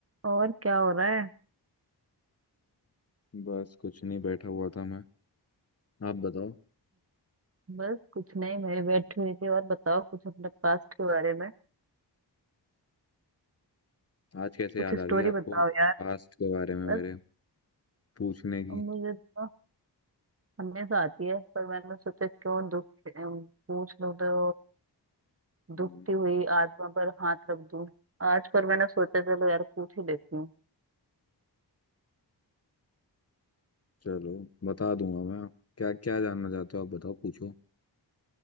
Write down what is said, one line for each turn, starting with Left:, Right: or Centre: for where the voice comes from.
Right: और क्या हो रहा है
Left: बस कुछ नहीं बैठा हुआ था मैं आप बताओ
Right: बस कुछ नहीं मैं बैठी हुई थी और बताओ कुछ अपने पास्ट के बारे में
Left: आज कैसे
Right: कुछ
Left: याद
Right: स्टोरी
Left: आ गई आपको
Right: बताओ यार
Left: पास्ट के बारे में
Right: बस
Left: मेरे पूछने की
Right: मुझे तो हमेशा आती है पर मैंने सोचा क्यों दुख अम, पूछ लूं तो
Left: हम्म,
Right: दुखती हुई आत्मा पर हाथ रख दूं आज पर मैंने सोचा चलो यार पूछ ही लेती हूँ
Left: चलो बता दूंगा मैं क्या क्या जानना चाहते हो आप बताओ पूछो